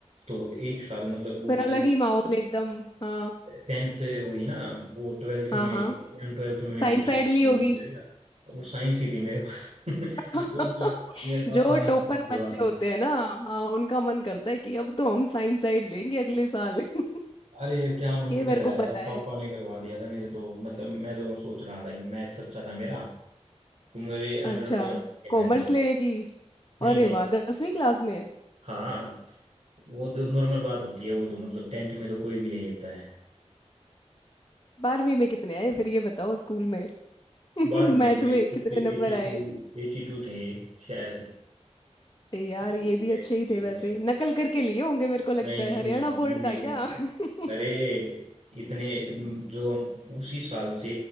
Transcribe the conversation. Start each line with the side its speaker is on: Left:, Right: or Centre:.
Right: तो एक साल मतलब वो
Left: फिर
Right: जो
Left: अलग ही माहौल एकदम हाँ
Right: टेंथ हुई ना वो ट्वेल्थ
Left: हाँ
Right: में
Left: हाँ
Right: इलेवन ट्वेल्थ में
Left: साइंस
Right: एक दूसरी
Left: साइड
Right: स्कूल
Left: ली होगी
Right: में चले गया वो साइंस ही थी मेरे पास <laughs> वो
Left: <laughs>
Right: मतलब मेरे पापा
Left: जो
Right: ने करवा
Left: टॉपर बच्चे
Right: दी
Left: होते हैं ना हाँ उनका मन करता है कि अब तो हम साइंस साइड लेंगे अगले साल <laughs>
Right: अरे ये क्या मन
Left: ये
Right: कर
Left: मेरे
Right: रहा
Left: को
Right: है यार
Left: पता
Right: पापा
Left: है
Right: ने करवा दिया था मेरे तो मतलब मैं तो सोच रहा था कि मैथ्स अच्छा था मेरा तो मेरे हंड्रेड
Left: अच्छा
Right: बाई हंड्रेड थे मैथ
Left: कॉमर्स
Right: में
Left: लेने की
Right: नहीं
Left: अरे
Right: नहीं
Left: वाह दसवीं क्लास में
Right: हाँ वो तो नॉर्मल बात होती है वो तो मतलब टेंथ में तो कोई भी ले लेता है
Left: बारहवीं में कितने आए फिर ये बताओ स्कूल में <laughs>
Right: बारहवीं
Left: मैथ
Right: में एट्टी
Left: में कितने नंबर आए?
Right: टू एटी टू थे शायद
Left: यार
Right: एटी
Left: ये
Right: टू
Left: भी अच्छे
Right: एटी
Left: ही थे वैसे
Right: थ्री
Left: नकल करके लिए होंगे मेरे को लगता
Right: नहीं नहीं
Left: है हरियाणा बोर्ड
Right: नहीं
Left: था क्या <laughs>
Right: अरे इतने म, जो उसी साल से